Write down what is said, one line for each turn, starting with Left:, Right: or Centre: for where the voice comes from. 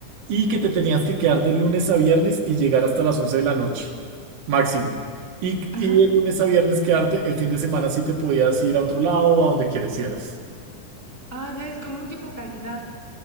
Right: y que te tenías que quedar de lunes a viernes y llegar hasta las 11 de la noche, máximo. Y,
Centre: Ajá.
Right: y de lunes a viernes quedarte, el fin de semana sí te podías ir a otro lado o a donde quisieras.
Centre: Ah, ya es como un tipo caridad.